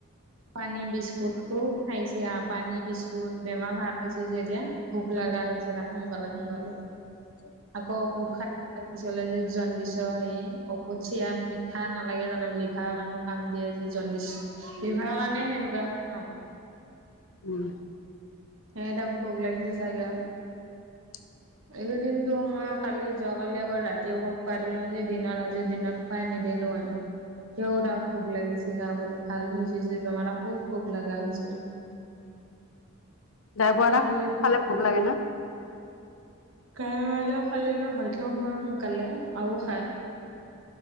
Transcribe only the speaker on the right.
পানী বিস্কুত চত খাইছে আহ পানী বিস্কুত বেমাৰ ভাল হৈছে যে এতিয়া ভোক লাগ হৈছে এ সে সকালে
আকৌ কুৰ্ষা পিছলে যে জডিছ হেৰি ঔষধ চিৰাা মিঠা নালাগে জানো লিভাৰৰ কাৰণো কাম দিয়ে যে। দি বিভাৰৰ কাৰণে সেনেকুৱা হয় ন।
হে এটা ভোক লাগিছে চাগে।
এইকেইদিনটো মই কালি যোৱাকালি আকৌ ৰাতি ঔষধ খুৱাই দিলো যে দিনত আজি দিনত খুৱাই নিদিলো। <unintelligible> কেৰা ভুব লাগিছে গা বল ভাল হৈ হৈছে যে বেমাৰ খুব ভোক লাগা হৈছিল।
পাহালি
কা খালে হয়ক্ষ হয়য সোনকালে আৰু খায়।